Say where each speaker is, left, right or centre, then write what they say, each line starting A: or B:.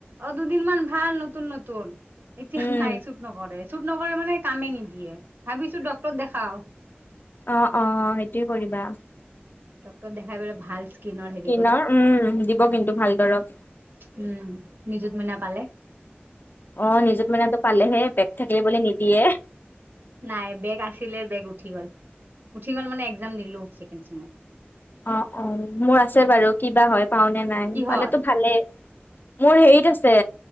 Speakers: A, on the right; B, on the left.
A: অ দুদিনমান ভাল নতুন নতুন এতিয়া
B: উম।
A: নাই চুট নকৰে চুট নকৰে মানে কামে নিদিয়ে ভাবিছো ডক্তৰক দেখাও
B: অ অ অ সেইটোয়ে কৰিবা
A: ডক্তৰক দেখাই পেলাই ভাল স্কিনৰ হেৰি
B: কিনৰ
A: কৰো
B: উম দিব কিন্তু ভাল দৰৱ
A: উম নিযুত মইনা পালে
B: অ নিযুত মইনাটো পালেহে ব্ৰেক থাকিলে বোলে নিদিয়ে
A: নাই ব্ৰেক আছিলে ব্ৰেক উঠি গল উঠি গল মানে এক্সাম দিলো চেকেণ্ড ছেমত
B: অ অ মোৰ আছে বাৰু কিবা হয় পাও নে নাই
A: কিহত
B: পালেতো ভালে মোৰ হেৰিত আছে